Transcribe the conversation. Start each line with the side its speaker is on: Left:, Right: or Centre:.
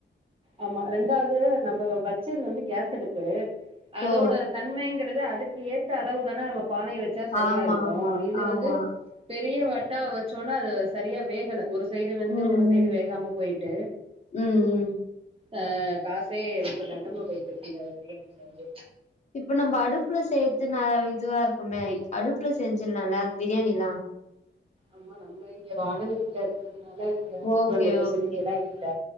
Right: ஆமா ரெண்டாவுது நம்ம வெச்சது வந்து கேஸ் அடுப்பு அதோட
Left: ஓ!
Right: தன்மைங்கிறது அதுக் ஏத்த அளவுதான நம பானை வச்சா சரியா
Left: ஆமா,
Right: இருக்கு
Left: ஆமா,
Right: இது
Left: ஆமா.
Right: வந்து பெரிய வாட்டா வச்சோனா அது சரியா வேகல ஒரு சைடு வெந்து
Left: ம்,
Right: ஒரு சைடு
Left: ம்.
Right: வேகாம போயிட்டு
Left: ம், ம்.
Right: அஹ் காசே ரொம்ப தண்டமா போயிட்டு அந்த பிரியாணி செஞ்சு
Left: இப்ப நம்ப அடுப்புல சேத்து நா இதுவா இருக்குமே அடுப்புல செஞ்சுல்லால்ல பிரியாணிலா
Right: அம்மா நம்ம இங்க வாடக வீட்டுல இருக்குறது துனால இங்க அடுப்பு
Left: ஓகே,
Right: அந்த ஃபெசிலிட்டில்லா
Left: ஓகே.
Right: இல்ல